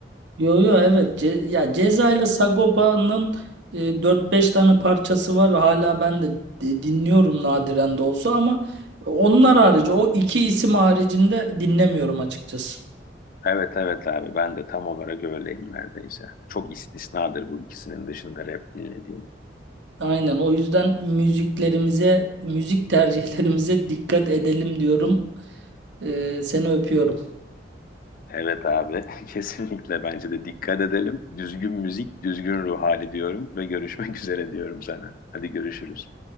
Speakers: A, on the right; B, on the left.
A: Yo yo evet Ce ya Ceza ile Sagopa'nın e, 4-5 tane parçası var ve hala ben de di- dinliyorum nadiren de olsa ama onlar harici o iki isim haricinde dinlemiyorum açıkçası.
B: Evet evet abi ben de tam olarak öyleyim neredeyse. Çok istisnadır bu ikisinin dışında rap dinlediğim.
A: Aynen o yüzden müziklerimize müzik tercihlerimize dikkat edelim diyorum. Ee, seni öpüyorum.
B: Evet abi <laughs> kesinlikle bence de dikkat edelim. Düzgün müzik, düzgün ruh hali diyorum ve görüşmek <laughs> üzere diyorum sana. Hadi görüşürüz.